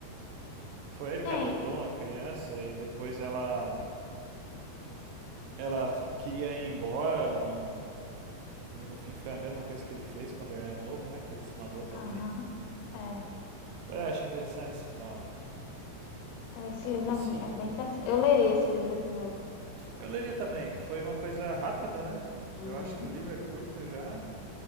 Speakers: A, on the right; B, on the left.
A: foi ele
B: Tem.
A: que adotou uma criança e depois ela, ela queria ir embora. Não, não- e no fim foi a mesma coisa que ele fez quando ele era novo, né? Que ele se mandou também.
B: Aham. É,
A: Pois é, achei interessante esse final.
B: é, esse livro
A: E sim,
B: é mu é bem interessante. Eu leria esse livro de novo.
A: eu leria também. Foi uma coisa rápida, né?
B: Uhum.
A: Eu acho que o livro é curto já.